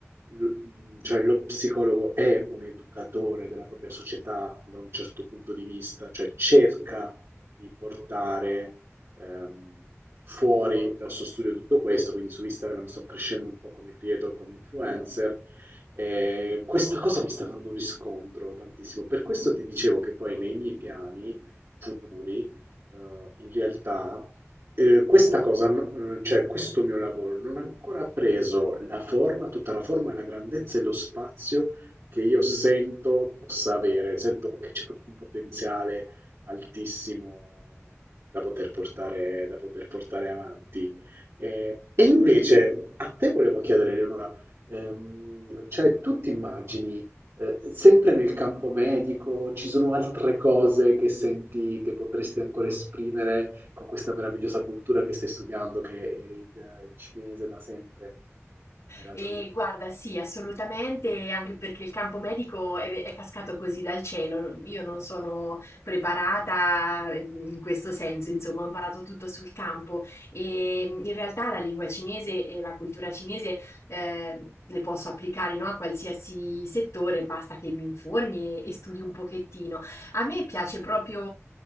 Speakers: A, on the right (about 65°); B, on the left (about 75°).
A: l- mh, cioè, lo psicologo è un educatore della propria società da un certo punto di vista, cioè cerca di portare ehm, fuori dal suo studio tutto questo, quindi su Instagram sto crescendo un po' come creator, come influencer. E questa cosa mi sta dando un riscontro tantissimo. Per questo ti dicevo che poi nei miei piani futuri, eh, in realtà, eh, questa cosa, n- eh, cioè questo mio lavoro non ha ancora preso la forma, tutta la forma e la grandezza e lo spazio che io sento possa avere. Sento che c'è proprio un potenziale altissimo da poter portare, da poter portare avanti. Eh, E, invece a te volevo chiedere, Leonora, ehm, cioè tu ti immagini eh, sempre nel campo medico, ci sono altre cose che senti che potresti ancora esprimere con questa meravigliosa cultura che stai studiando, che è il, il cinese da sempre nella
B: E
A: tua vita?
B: guarda, sì, assolutamente, anche perché il campo medico è, è cascato così dal cielo. non- Io non sono preparata ehm, in questo senso, insomma, ho imparato tutto sul campo e in realtà la lingua cinese e la cultura cinese eh, le posso applicare, no, a qualsiasi settore, basta che mi informi e, e studi un pochettino. A me piace proprio,